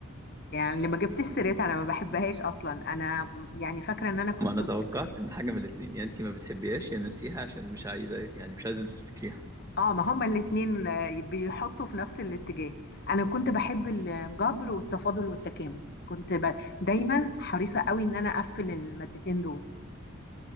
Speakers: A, on the left; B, on the right.
A: يعني اللي ما جبتش سيرتها انا ما بحبهاش اصلا انا م- يعني فاكره ان انا كنت
B: ما انا
A: متميز
B: توقعت ان حاجه من الاثنين يا انت ما بتحبيهاش يا ناسيها عشان مش عايزه يعني مش عايزه تفتكريها
A: اه ما هما الاتنين آه، بيحطوا في نفس الاتجاه انا كنت بحب الجبر والتفاضل والتكامل كنت ب... دايما حريصه قوي ان انا اقفل المادتين دول